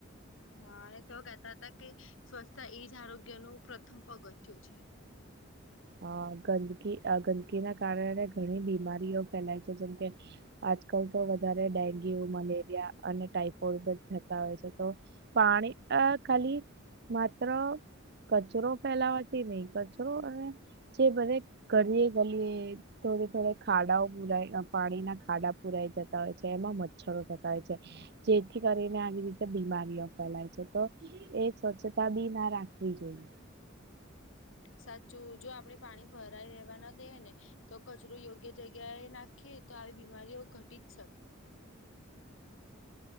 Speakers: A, on the left; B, on the right.
A: હા અને તો કેહેતા હતા કે સ્વચ્છતા એજ આરોગ્યનું પ્રથમ પગથિયું છે.
B: અ ગંદકી અ ગંદકીના કારણે ઘણી બીમારીઓ ફેલાય છે જેમ કે આજકાલ તો વધારે ડેન્ગ્યુ, મલેરિયા, અને ટાઈફોઈડ પણ થતા હોય છે તો પાણી આ ખાલી માત્ર કચરો ફેલાવાથી નહી કચરો અને જે બધે કરીએ ગલીએ થોડી થોડ ખાડાઓ પુરાય પાણીના ખાડા પુરાઈ જતા હોય છે એમાં મચ્છરો થતા હોય છે. જેથી કરીને આવી રીતે બીમારીઓ ફેલાય છે તો એ સ્વચ્છતા બી ના રાખવી જોઈએ.
A: સાચું જો આપડે પાણી ભરાઈ રેવા ના દઈએ ને તો કચરો યોગ્ય જગ્યાએ નાખીએ તો આવી બીમારીઓ ઘટી જ શકે.